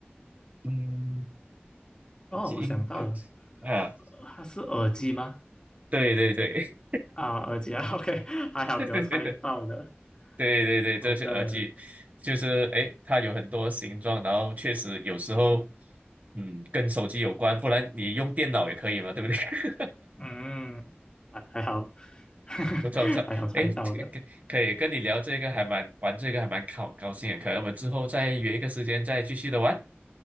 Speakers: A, on the right (about 40°); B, on the left (about 20°).
A: 嗯，
B: 哦，
A: 应该
B: 我想到了，
A: 啊，
B: 它是耳机吗？
A: 对对对
B: 啊，耳机啊 <laughs>，OK，还好给我猜到了。
A: <laughs> 对对对对对，这是耳机，
B: 好的，
A: 就是诶，它有很多形状，然后确实有时候嗯，跟手机有关，不然你用电脑也可以嘛，对不对？
B: 嗯，还还好，<laughs>
A: 不错不错，
B: 还好猜到了。
A: 哎，这个跟可以跟你聊这个还蛮玩这个还蛮高高兴的，可能我们之后再约一个时间再继续的玩。